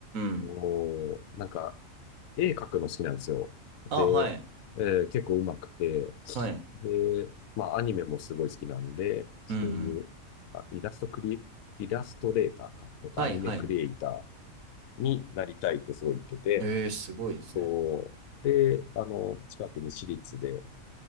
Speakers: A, on the right; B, on the left.
A: ん。
B: こう、なんか、絵描くの好きなんですよ。
A: あ、
B: で、
A: はい。
B: えー結構上手くて、
A: はい。
B: で、まあ、アニメもすごい好きなんで、そういう、
A: うんうん。
B: あ、イラストクリ、イラストレーターか、とか、
A: はい、
B: アニメクリエイター
A: はい。
B: になりたいってすごい言ってて、
A: えー、すごいですね。
B: そう。で、あの、近くに私立で、